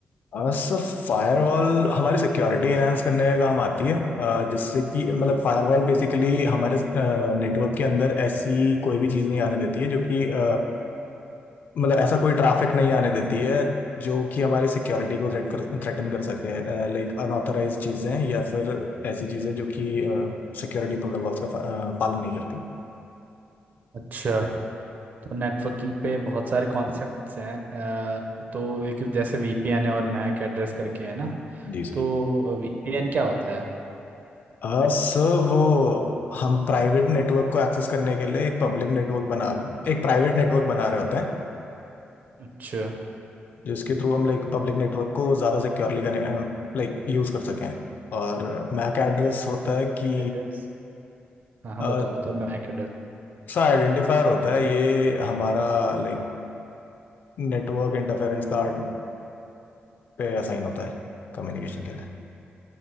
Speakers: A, on the left (about 55°); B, on the right (about 50°).
A: हाँ, सर फायरवॉल हमारी सिक्योरिटी एनहांस करने का काम आती है अ, जिससे कि मतलब फायरवॉल बेसिकली हमारे नेटवर्क के अंदर ऐसी कोई भी चीज़ नहीं आने देती है जो कि अ, मतलब ऐसा कोई ट्रैफिक नहीं आने देती है जो कि हमारी सिक्योरिटी को थ्रेट कर थ्रेटन कर सके लाइक अनऑथराइज चीज़ें या फिर ऐसी चीज़ें जो कि सिक्योरिटी प्रोटोकॉल्स का अ, पालन नहीं करती
B: अच्छा तो नेटवर्किंग पे बहुत सारे कॉन्सेप्ट्स हैं अ, तो एक जैसे वीपीएन है और मैक एड्रेस करके है ना
A: जी सर
B: तो वीपीएन क्या होता है
A: आ, सर वो हम प्राइवेट नेटवर्क को एक्सेस करने के लिए एक पब्लिक नेटवर्क बना रहे एक प्राइवेट नेटवर्क बना रहे होते हैं
B: अच्छा
A: जिसके थ्रू हम लाइक पब्लिक नेटवर्क को ज़्यादा सिक्योरली कनेक्ट लाइक यूज़ कर सकें और मैक एड्रेस
B: मैक
A: होता है कि
B: एड्रेस हाँ हाँ
A: अ,
B: बताओ बताओ मैक एड्रेस।
A: सा आइडेंटिफायर होता है ये हमारा लाइक नेटवर्क इंटरफेरेंस कार्ड पे असाइन होता है कम्युनिकेशन के लिए